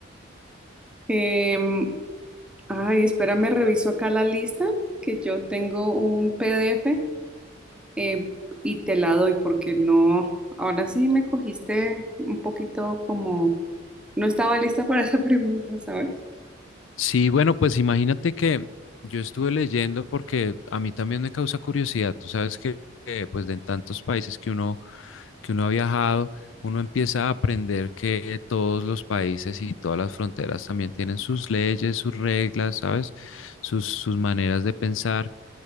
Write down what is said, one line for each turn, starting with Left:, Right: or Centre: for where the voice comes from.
Centre: Em, ay, espérame, reviso acá la lista, que yo tengo un PDF eh, y te la doy porque no, ahora sí me cogiste un poquito como, no estaba lista para esa <laughs> pregunta, ¿sabes?
Left: Sí, bueno, pues imagínate que yo estuve leyendo porque a mí también me causa curiosidad. Tú sabes que, eh, pues, de en tantos países que uno, que uno ha viajado, uno empieza a aprender que todos los países y todas las fronteras también tienen sus leyes, sus reglas, ¿sabes? Sus, sus maneras de pensar.